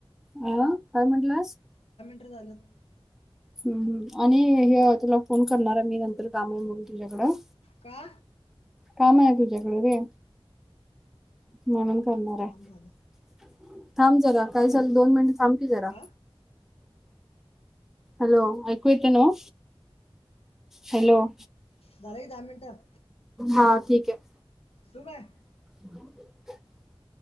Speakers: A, in the centre; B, on the left.
A: आ काय म्हटलास?
B: <unintelligible> झालं
A: हम् हम् आणि हे तुला फोन करणार आहे मी नंतर काम आहे म्हणून तुझ्याकडं
B: का?
A: काम आहे तुझ्याकडे रे म्हणून, करणार आहे,
B: थांब झालं
A: थांब जरा काही झालं? दोन मिनटं थांबकी जरा
B: हा
A: हॅलो ऐकू येतं नवं, हॅलो
B: झालं की दहा मिनिटं
A: हा ठीक आहे.
B: ठेऊ काय?
A: <inaudible>